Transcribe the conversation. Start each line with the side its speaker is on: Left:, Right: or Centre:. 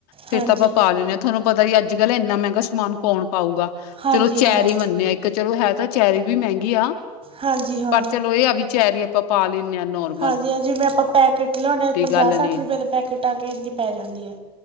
Left: ਫੇਰ
Right: ਹਾਂਜੀ
Left: ਤਾਂ ਆਪਾਂ ਪਾ ਲੈਂਣੇੇ ਹਾਂ, ਥਾਨੂੰ ਪਤਾ ਈ ਅੱਜ- ਕੱਲ ਏਨਾ ਮੈਂਗਾ ਸਮਾਨ ਕੌਣ ਪਾਊਗਾ।
Right: ਹਾਂਜੀ
Left: ਚਲੋ ਚੈਰੀ
Right: ਹਾਂ
Left: ਮੰਨੇ ਆ ਇੱਕ ਚਲੋ ਹੈ ਤਾਂ ਚੈਰੀ ਵੀ ਮੈਂਗੀ ਆ।
Right: ਹਾਂਜੀ ਹਾਂ
Left: ਪਰ ਚਲੋ ਏ ਆ ਵਿ ਚੈਰੀ ਆਪਾਂ ਪਾ ਲੈਨੇ ਆ ਨੋਰ
Right: ਹਾਂਜੀ-ਹਾਂਜੀ ਜਿਵੇਂ ਆਪਾਂ ਪੈਕੇਟ ਲੇਔਨੇ ਆ ਪੰਜਾਹ
Left: ਗੱਲ
Right: ਸੱਠ
Left: ਨੇ
Right: ਰੁਪਏ ਦੇ ਪੈਕੇਟ ਆ ਕੇ ਐਨੀ ਪੈ ਜਾਂਦੀ ਆ।